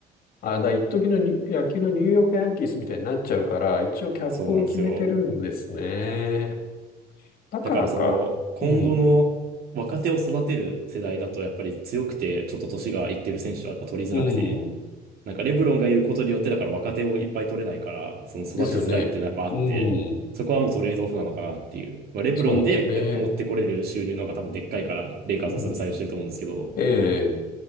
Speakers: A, on the left; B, on the right.
A: あ、だ、一時のに野球のニューヨークヤンキースみたいになっちゃうから、一応キャップを決めてるんですね。
B: そうなんですよ。
A: だからか。
B: だからその、今後の若手を育てる世代だとやっぱり強くて、
A: うん。
B: ちょっと年がいってる選手はやっぱ取りづらくて、
A: うん。
B: なんかレブロンがいることによって、だから若手をいっぱい取れないから、その育ちづらいっていうのはやっぱあって、
A: ですよね。うん。
B: そこはもうトレードオフなのかなっていう。まあ、レブロンで持ってこれる収入の方が多分でっかいから、
A: そうですね。
B: レイカーズはそれ採用してると思うんですけど、
A: うん。ええ。